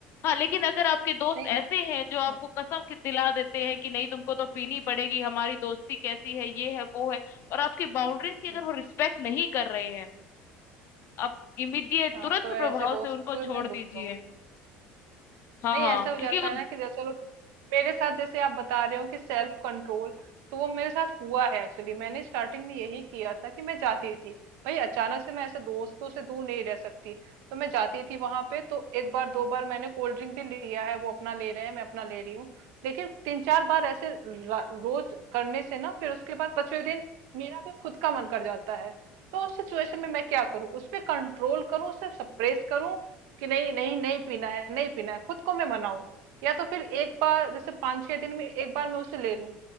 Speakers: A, on the left (about 55°); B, on the right (about 75°).
A: हाँ लेकिन अगर आपके दोस्त
B: नहीं
A: ऐसे हैं जो
B: हम्म
A: आपको कसम कि दिला देते हैं कि नहीं तुमको तो पीनी पड़ेगी हमारी दोस्ती कैसी है ये है वो है और आपकी बाउंड्रीज की अगर
B: हम्म
A: वो रिस्पेक्ट नहीं कर रहे हैं आप इमीडिएट
B: हाँ
A: तुरंत
B: तो ऐसे
A: प्रभाव
B: दोस्त
A: से उनको
B: फिर
A: छोड़
B: मैं
A: दीजिए
B: दूर हूँ
A: हाँ
B: नहीं
A: हाँ
B: ऐसा हो
A: क्योंकि
B: जाता
A: वो
B: है ना कि जैसे चलो मेरे साथ जैसे आप बता रहे हो कि सेल्फ कंट्रोल तो वो मेरे साथ हुआ है एक्चुअली मैंने स्टार्टिंग में यही किया था कि मैं जाती थी भाई अचानक से मैं ऐसे दोस्तों से दूर नहीं रह सकती तो मैं जाती थी वहां पे तो एक बार दो बार मैंने कोल्ड ड्रिंक भी लिया है वो अपना ले रहे हैं मैं अपना ले रही हूँ लेकिन तीन चार बार ऐसे रा- रोज करने से ना फिर उसके बाद पांचवें दिन मेरा भी खुद का मन कर जाता है तो उस सिचुएशन में मैं क्या करूं उस पे कंट्रोल करूं उसे सप्रेस करूं कि नहीं नहीं नहीं पीना है नहीं पीना है खुद को मैं मनाऊं या तो फिर एक बार जैसे पांच छह दिन में एक बार मैं उसे ले लूं